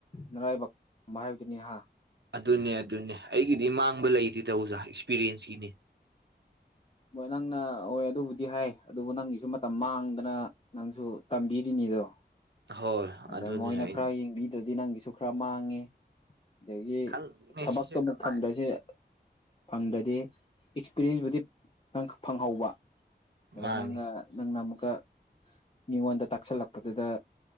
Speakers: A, on the left; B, on the right.
A: ꯅꯔꯥꯏꯕꯛ ꯑꯗꯨꯃꯥꯏ ꯍꯥꯏꯕꯗꯨꯅꯤ ꯍ
B: ꯑꯗꯨꯅꯦ ꯑꯗꯨꯅꯦ ꯑꯩꯒꯤꯗꯤ ꯃꯥꯡꯕ ꯂꯩꯇꯦ ꯑꯣꯖꯥ ꯑꯦꯛꯁꯄꯤꯔꯤ ꯌꯦꯟꯁꯀꯤꯅꯦ
A: ꯍꯣꯏ ꯅꯪꯅ ꯍꯣꯏ ꯑꯗꯨꯕꯨꯗꯤ ꯍꯥꯏ ꯑꯗꯨꯕꯨ ꯅꯪꯒꯤꯁꯨ ꯃꯇꯝ ꯃꯥꯡꯗꯅ ꯅꯪꯁꯨ ꯇꯝꯕꯤꯔꯤꯅꯤ <unintelligible>
B: ꯍꯣꯏ
A: ꯑꯗ
B: ꯑꯗꯨꯅꯦ
A: ꯃꯣꯏꯅ
B: ꯑꯩ
A: ꯈꯔ ꯌꯦꯡꯕꯤꯗ꯭ꯔꯗꯤ ꯅꯪꯒꯤꯁꯨ ꯈꯔ ꯃꯥꯡꯉꯦ ꯑꯗꯒꯤ
B: ꯈꯪꯗꯦꯅꯦ
A: ꯊꯕꯛꯇꯨ
B: ꯁꯤꯁꯦ ꯀꯃꯥꯏꯅ
A: ꯑꯃꯨꯛ ꯐꯪꯗ꯭ꯔꯁ ꯐꯪꯗ꯭ꯔꯗꯤ ꯑꯦꯛꯁꯄꯤꯔꯤꯌꯦꯟꯁꯕꯨꯨꯗꯤ ꯅꯪ ꯐꯪꯍꯧꯕ ꯑꯗꯨꯒ
B: ꯃꯥꯅꯤ
A: ꯅꯪꯒ ꯅꯪꯅ ꯑꯃꯨꯛꯀ ꯃꯤꯉꯣꯟꯗ ꯇꯥꯛꯁꯜꯂꯛꯄꯗꯨꯗ